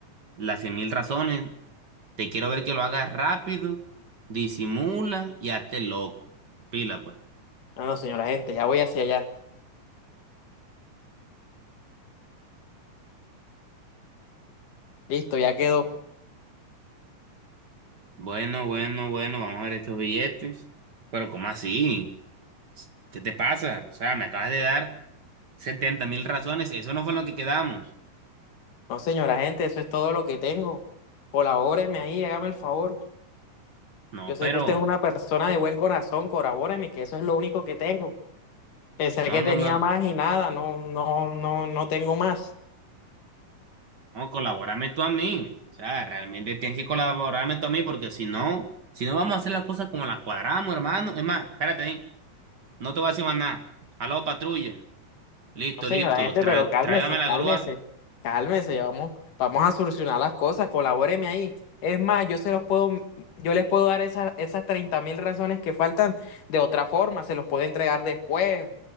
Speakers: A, on the right (about 40°); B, on the left (about 75°).
A: las cien mil razones. Te quiero ver que lo hagas rápido, disimula y hazte loco. Pila, pues.
B: No, no, señora gente, ya voy hacia allá. Listo, ya quedó.
A: Bueno, bueno, bueno, vamos a ver estos billetes. Pero ¿cómo así? ¿Qué te pasa? O sea, me acabas de dar setenta mil razones. Eso no fue en lo que quedamos.
B: No, señora gente, eso es todo lo que tengo. Colabóreme ahí, hágame el favor.
A: No,
B: Yo sé
A: pero...
B: que usted es una persona de buen corazón, colabóreme, que eso es lo único que tengo. Pensé
A: No,
B: que
A: no,
B: tenía
A: no.
B: más y nada, no, no, no, no tengo más.
A: No, colabórame tú a mí. O sea, realmente tienes que colaborarme tú a mí porque si no, si no vamos a hacer las cosas como las cuadramos, hermano. Es más, espérate ahí. No te voy a decir más nada. Aló, patrulla. Listo,
B: No, señora
A: listo.
B: gente,
A: Tra-
B: pero cálmese,
A: tráigame la
B: cálmese,
A: grúa.
B: cálmese, vamos, vamos a solucionar las cosas, colabóreme ahí. Es más, yo se los puedo, yo les puedo dar esas, esas treinta mil razones que faltan de otra forma, se los puedo entregar después.